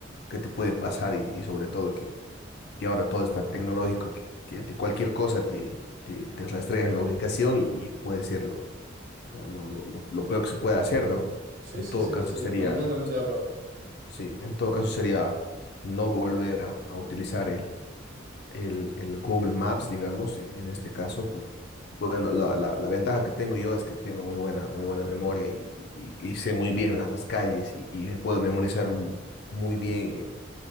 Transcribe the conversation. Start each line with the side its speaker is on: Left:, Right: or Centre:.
Left: qué te puede pasar y, y sobre todo, que que ahora todo es tan tecnológico que, que ante cualquier cosa te, te, te rastrean la ubicación y puede ser lo, lo, lo, lo- lo peor que se puede hacer, ¿no?
Right: Sí,
Left: En
Right: sí,
Left: todo
Right: sí,
Left: caso
Right: sí,
Left: sería,
Right: completamente de acuerdo.
Left: sí, en todo caso sería no volver a, a utilizar el, el, el Google Maps, digamos, en en este caso, por- bueno, la, la, la ventaja que tengo yo es que tengo muy buena, muy buena memoria y, y- y sé muy bien la- las calles y, y me puedo memorizar mu- muy bien eh,